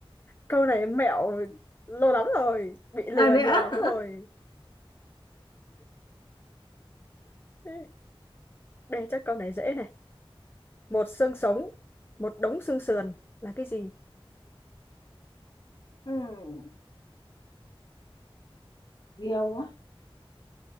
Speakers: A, on the left; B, on the left.
A: câu này mẹo lâu lắm rồi bị lừa
B: à thế ạ
A: nhiều lắm rồi <laughs> đây chắc câu này dễ này một xương sống một đống xương sườn là cái gì
B: ừ diều á